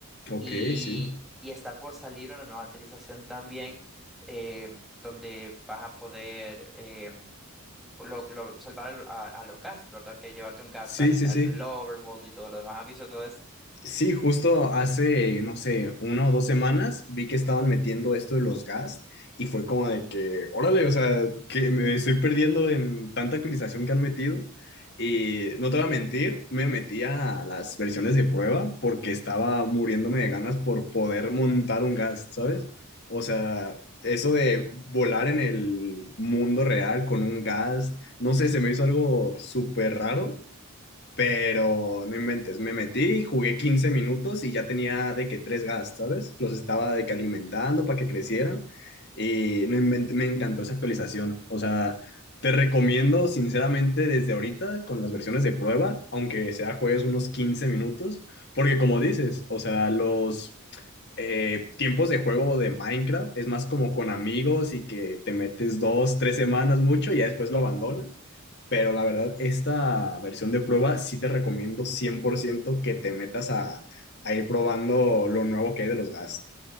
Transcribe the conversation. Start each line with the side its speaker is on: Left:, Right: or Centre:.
Left: ok,
Centre: Y,
Left: sí.
Centre: y está por salir una nueva actualización también, eh, donde vas a poder eh, lo, lo- salvar al, a, a lo ghast, ¿verdad? Que llevarte un ghast
Left: Sí,
Centre: al,
Left: sí,
Centre: al
Left: sí.
Centre: Overworld y todo lo demás. ¿Has visto todo esto?
Left: Sí, justo hace, no sé, una o dos semanas vi que estaban metiendo esto de los gas y fue como de que, órale, o sea, que me estoy perdiendo en tanta actualización que han metido. Y no te voy a mentir, me metí a las versiones de prueba porque estaba muriéndome de ganas por poder montar un gas, ¿sabes? O sea, eso de volar en el mundo real con un gas, no sé, se me hizo algo súper raro pero no inventes, me metí, jugué 15 minutos y ya tenía de que tres gas, ¿sabes? Los estaba de que alimentando para que crecieran y no inventé, me encantó esa actualización. O sea, te recomiendo sinceramente desde ahorita con las versiones de prueba, aunque sea juegues unos 15 minutos, porque como dices, o sea, los eh, tiempos de juego de Minecraft es más como con amigos y que te metes dos, tres semanas mucho y ya después lo abandonan. Pero la verdad, esta versión de prueba sí te recomiendo 100% que te metas a, a ir probando lo nuevo que hay de los Gast.